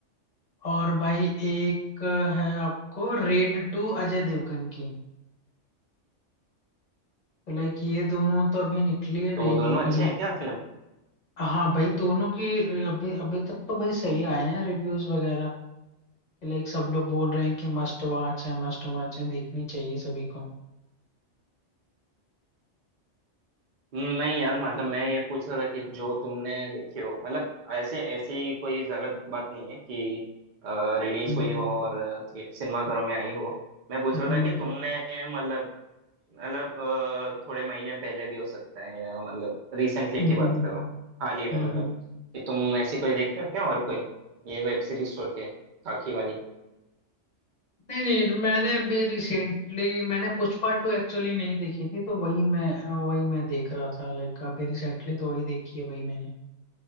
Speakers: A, on the left (about 40°); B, on the right (about 55°).
A: और भाई एक है आपको रेड टू अजय देवगन की तो लाइक ये दोनों तो अभी निकली है नई
B: तो वो दोनों
A: नई फिल्म
B: अच्छे हैं क्या फिल्म
A: हाँ भाई दोनों की रे- अभी अभी तक तो भाई सही आए हैं रिव्यूज वगैरह लाइक सब लोग बोल रहे हैं कि मस्ट वॉच है मस्ट वॉच है देखनी चाहिए सभी को
B: हम्म, नहीं यार मतलब मैं ये पूछ रहा था कि जो तुमने देखी हो मतलब ऐसे ऐसी कोई जरूरत बात नहीं है कि रिलीज
A: हम्म
B: हुई हो और थे- सिनेमाघरों में आई हो मैं पूछ
A: हम्म
B: रहा था कि तुमने मतलब मतलब अ, थोड़े महीने पहले भी हो सकता है या मतलब रिसेंटली
A: हम्म
B: की बात
A: हम्म,
B: करो हाल ही में
A: हम्म,
B: मतलब कि तुम ऐसी कोई देखे हो क्या और कोई ये वेब सीरीज छोड़ के काकी वाली
A: नहीं नहीं तो मैंने अभी रिसेंटली मैंने पुष्पा टू एक्चुअली नहीं देखी थी तो वही मैं अ, वही मैं देख रहा था लाइक अभी रिसेंटली तो वही देखी है वही मैंने